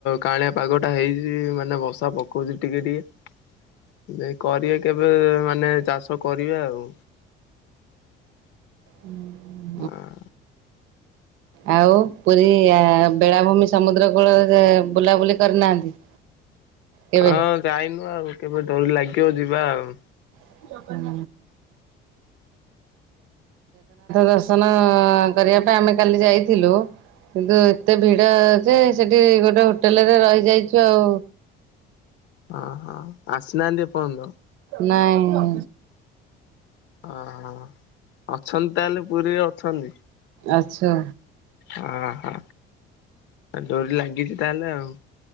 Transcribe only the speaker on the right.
ହୁଁ ହୁଁ।
ଆଉ ପୁରୀ ବେଳାଭୂମି ସମୁଦ୍ର କୂଳରେ ବୁଲାବୁଲି କରିନାହାନ୍ତି? କେବେ?
<inaudible> ଜଗନ୍ନାଥ ଦର୍ଶନ କରିବା ପାଇଁ ଆମେ କାଲି ଯାଇଥିଲୁ। କିନ୍ତୁ ଏତେ ଭିଡ ଯେ ସେଠି ଗୋଟେ ହୋଟେଲରେଊ ରହିଯାଇଛୁ ଆଉ।
ନାଇଁ।
ଆଛୁ।